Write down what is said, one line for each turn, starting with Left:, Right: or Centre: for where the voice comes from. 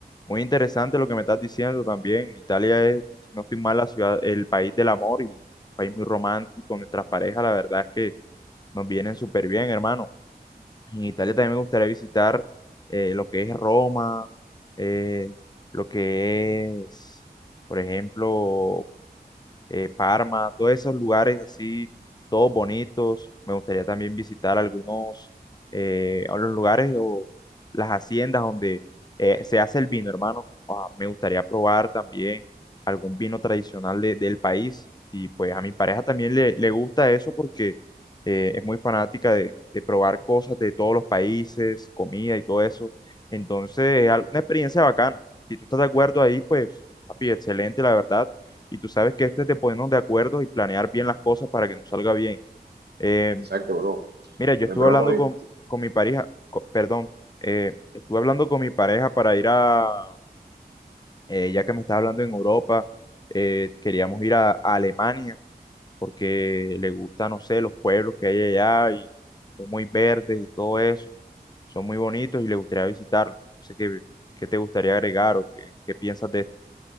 Left: Muy interesante lo que me estás diciendo también. Italia es, si no estoy mal, la ciudad, el país del amor y país muy romántico y con nuestras parejas, la verdad es que nos vienen súper bien, hermano. En Italia también me gustaría visitar eh, lo que es Roma, eh, lo que es, por ejemplo, eh, Parma, todos esos lugares así, todos bonitos. Me gustaría también visitar algunos eh, a los lugares o las haciendas donde eh, se hace el vino, hermano. Ah, me gustaría probar también algún vino tradicional de- del país. Y pues a mi pareja también le, le gusta eso porque eh, es muy fanática de, de probar cosas de todos los países, comida y todo eso. Entonces, es al- una experiencia bacana. Si tú estás de acuerdo ahí, pues, papi, excelente, la verdad y tú sabes que esto es de ponernos de acuerdo y planear bien las cosas para que nos salga bien. Eh,
Right: exacto, bro.
Left: mira, yo
Right: Pues,
Left: estuve
Right: bro,
Left: hablando
Right: es-
Left: con, con mi pareja, co- perdón, eh, estuve hablando con mi pareja para ir a, eh, ya que me estás hablando en Europa, eh, queríamos ir a, a Alemania porque le gusta, no sé, los pueblos que hay allá y son muy verdes y todo eso, son muy bonitos y le gustaría visitarlos. No sé qué, qué te gustaría agregar o qué, qué piensas de esto.